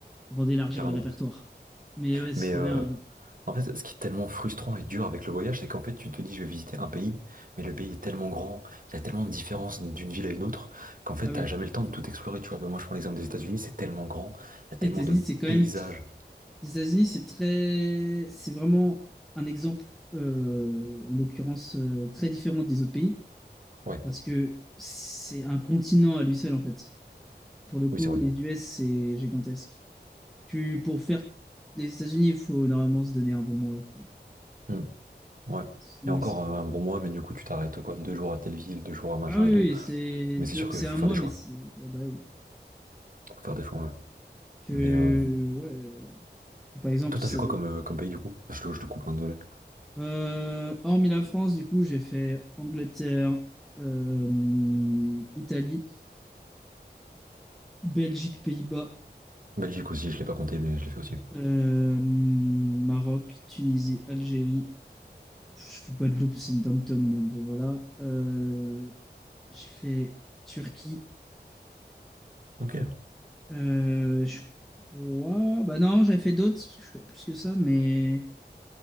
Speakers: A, in the centre; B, on the right.
A: avant d'élargir
B: carrément.
A: le répertoire. Mais ouais, c'est
B: Mais
A: trop
B: euh,
A: bien.
B: en fait, ce qui est tellement frustrant et dur avec le voyage, c'est qu'en fait, tu te dis, je vais visiter un pays, mais le pays est tellement grand, il y a tellement de différences d'une ville à une autre, qu'en fait,
A: Bah
B: t'as
A: oui.
B: jamais le temps de tout explorer. Tu vois, Bah, moi, je prends l'exemple des États-Unis, c'est tellement grand, il y a
A: Après,
B: tellement
A: Les États-Unis,
B: de
A: c'est quand
B: paysages.
A: même tr- Les États-Unis, c'est très, c'est vraiment un exemple, euh, en l'occurrence, euh, très différent des autres pays,
B: Ouais,
A: parce que c'est un continent à lui seul, en fait. Pour le coup,
B: oui, c'est vrai.
A: les US, c'est gigantesque. Tu, pour faire les États-Unis, il faut normalement se donner un bon mois, quoi.
B: Mm, ouais.
A: Sinon,
B: Et encore
A: c'est pas.
B: euh, un bon mois, mais du coup, tu t'arrêtes quoi, deux jours à telle ville, deux jours à machin
A: Ah oui,
B: et
A: oui,
B: tout.
A: c'est
B: Mais
A: deux-
B: c'est sûr qu'il
A: c'est
B: faut
A: un
B: faire
A: mois,
B: des choix.
A: mais c'est. ah bah, oui.
B: Faut faire des choix, ouais.
A: que,
B: Mais euh,
A: ouais, euh, par exemple,
B: toi,
A: ça
B: t'as fait quoi
A: va
B: comme,
A: être-
B: euh, comme pays du coup? Je te, je te coupe un désolé.
A: Euh, hormis la France, du coup, j'ai fait Angleterre, euh, Italie, Belgique, Pays-Bas,
B: Belgique aussi, je l'ai pas compté, mais je l'ai fait aussi.
A: euh, Maroc, Tunisie, Algérie. Je fais Guadeloupe, c'est une dom-tom, mais en gros, voilà. Euh, j'ai fait Turquie.
B: Ok.
A: Euh, je crois. Bah non, j'avais fait d'autres, parce que je suis pas plus que ça, mais.